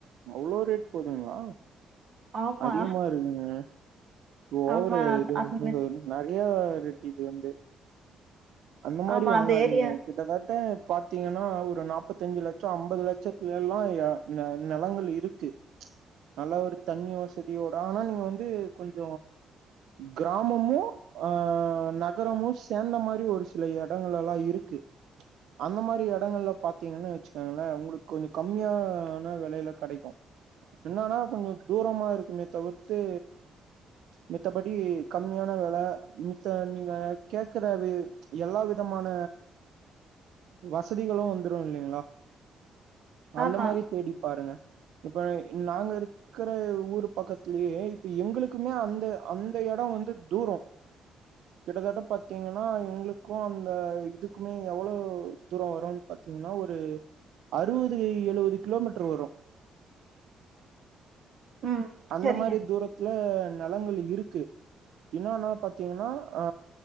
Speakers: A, on the right; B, on the right.
A: அவ்ளோ ரேட் போதுங்ளா
B: ஆமா
A: அதிகமா இருக்குதுங்க ஓவரு
B: ஆமா அந்த-
A: இது ‌இருக்குனு
B: அந்த மாதிரி
A: நெறைய ரேட்டு இது வந்து அந்த மாரி
B: ஆமா
A: வாங்காதீங்க
B: அந்த ஏரியா
A: கிட்டத்தட்ட பாத்தீங்கன்னா ஒரு நாப்பத்தஞ்சு லட்ச ஐம்பது லட்சத்துல வேல எல்லா ந நெலங்கள் இருக்கு நல்லா ஒரு தண்ணி வசதியோட ஆனா நீங்க வந்து கொஞ்ச கிராமமு ஆ நகரமு சேந்த மாரி ஒரு சில எடங்களெல்லா இருக்கு அந்த மாரி எடங்கள்ல பாத்தீங்கன்னு வெச்சுக்கங்களே உங்களுக்கு கொஞ்ச கம்மியா ன வெலைல கெடைக்கு என்னன்னா கொஞ்ச தூரமா இருக்குமே தவிர்த்து மித்தபடி கம்மியான வெல மித்த நீங்க கேக்குறவே எல்லா விதமான வசதிகளு வந்துரு இல்லைங்களா அந்த
B: ஆமா
A: மாரி தேடிப் பாருங்க இப்ப நாங்க இருக் க்கிற ஊரு பக்கத்துலயே இப்ப எங்களுக்குமே அந்த அந்த எட வந்து தூரோ கிட்டத்தட்ட பாத்தீங்கனா எங்களுக்கு அந்த இதுக்குமே எவ்வளோ தூர வரும் பாத்தீங்கனா ஒரு அறுவது கை எழுவது கிலோமீட்ரு வரு
B: ம்
A: அந்த
B: சரிங்க
A: மாரி தூரத் துல நெலங்கள் இருக்கு இன்னானா பாத்தீங்கனா ஆ